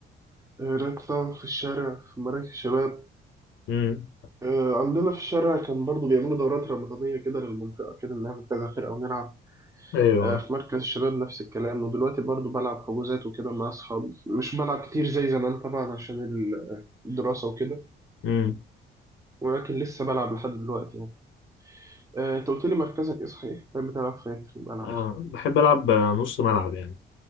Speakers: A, on the right; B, on the left.
A: آه لعبت طبعا في الشارع في مراكز الشباب
B: امم
A: آه عندنا في الشارع كان برضو بيعملوا دورات رمضانية كده للمنطقة كده نعمل كذا فرقة ونلعب
B: ايوه
A: آه في مركز الشباب نفس الكلام ودلوقتي برضو بلعب حجوزات وكده مع أصحابي مش بلعب كتير زي زمان طبعا عشان ال- الدراسة وكده
B: امم
A: ولكن لسه بلعب لحد دلوقتي يعني آه، انت قلت لي مركزك ايه صحيح كان بتلعب فين في الملعب
B: آه بحب العب نص ملعب يعني